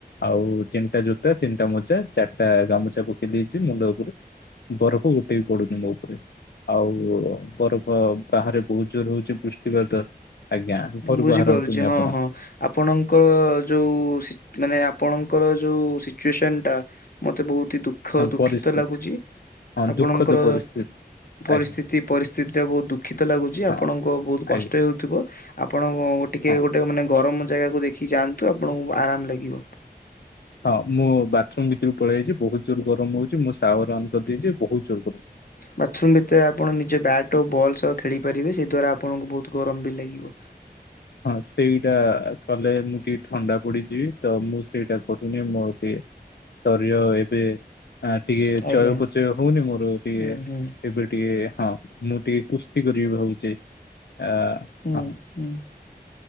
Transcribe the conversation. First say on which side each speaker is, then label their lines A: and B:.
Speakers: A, on the left; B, on the left.
A: ଆଉ ଆଉ ତିନିଟା ଜୋତା, ତିନିଟା ମୋଜା, ଚାରିଟା ଗାମୁଛା ପକେଇ ଦେଇଛି ମୁଣ୍ଡ ଉପରେ ବରଫ ଗୋଟେବି ପଡ଼ୁନି ମୋ ଉପରେ। ଆଉ ବରଫ, ବାହାରେ ବହୁତ ଜୋର ହଉଛି ବୃଷ୍ଟିପାତ ଆଜ୍ଞା ଘରୁ
B: ବୁଝିପାରୁଛି,
A: ବାହାରନ୍ତୁନି
B: ହଁ
A: ଆପଣ
B: ହଁ ଆପଣଙ୍କ ଯୋଉ ମାନେ ଆପଣଙ୍କର ଯୋଉ ସିଚୁଏସନ ଟା ମତେ ବହୁତ ହି ଦୁଃଖ
A: ହଁ
B: ଦୁଃଖିତ
A: ପରିସ୍ଥିତି
B: ଲାଗୁଛି,
A: ହଁ
B: ଆପଣଙ୍କର
A: ଦୁଃଖଦ ପରିସ୍ଥିତି
B: ପରିସ୍ଥିତି,
A: ଆଜ୍ଞା।
B: ପରିସ୍ଥିତି ଟା ବହୁତ ଦୁଃଖିତ ଲାଗୁଛି,
A: ହଁ
B: ଆପଣଙ୍କ ବହୁତ
A: ଆଜ୍ଞା
B: କଷ୍ଟ ହେଉଥିବ, ଆପଣ ଟିକେ
A: ହଁ।
B: ଗୋଟେ ମାନେ ଗରମ ଜାଗାକୁ ଦେଖିକି ଯାଆନ୍ତୁ, ଆପଣଙ୍କୁ ଆରାମ ଲାଗିବ।
A: ହଁ ମୁଁ ବାଥରୁମ ଭିତରୁ ପଳେଇ ଆସିଛି, ବହୁତ ଜୋର ଗରମ ହଉଛି, ମୁଁ ସାଉୟାର୍ ଅନ୍ କରିଦେଇଛି ବହୁତ ଜୋର ଗରମ। <inaudible>
B: ବାଥରୁମ ଭିତରେ ଆପଣ ନିଜ ବ୍ୟାଟ୍ ଓ ବଲ୍ ସହ ଖେଳି ପାରିବେ ସେ ଦ୍ୟୁରା ଆପଣଙ୍କୁ ବହୁତ ଗରମ ବି ଲାଗିବ।
A: ହଁ ସେଇଟା କଲେ ମୁଁ ଟିକେ ଥଣ୍ଡା ପଡିଯିବି ତ ମୁଁ ସେଇଟା କରୁନି ମୋର ଟିକେ ଶରୀର ଏବେ ଆ ଟିକେ
B: ଆଜ୍ଞା
A: ଚୟପଚୟ ହଉନି ମୋର ଟିକେ
B: ହୁଁ ହୁଁ
A: ଏବେ ଟିକେ ହଁ ମୁଁ ଟିକେ କୁସ୍ତି କରିବି ଭାବୁଛି। ଆ
B: ହୁଁ
A: ହଁ
B: ହୁଁ।